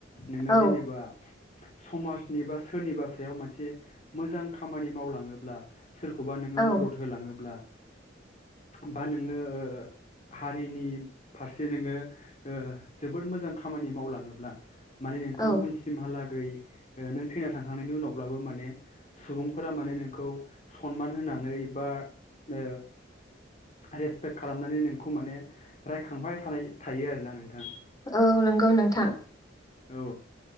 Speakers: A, on the left; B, on the left.
A: नोङो
B: औ
A: जेनेबा समाजनि बा सोरनिबा सायाव मोनसे मोजां खामानि मावलाङोब्ला सोरखौबा नोङो
B: औ
A: म ब्ला होनबा नोङो हारिनि फारसे नोङो ओ जोबोद मोजां खामानि मावलाङोब्ला माने नोंखौ
B: औ
A: उनसिमहालागै गै ओ नों थैना थांखांनायनि उनावब्लाबो माने सुबुंफोरा माने नोंखौ सनमान होनानै बा ओ रेसपेक्ट खालामनानै नोंखौ माने रायखांबाय थानाय थायो आरोना नोंथां।
B: औ नोंगौ नोंथां।
A: औ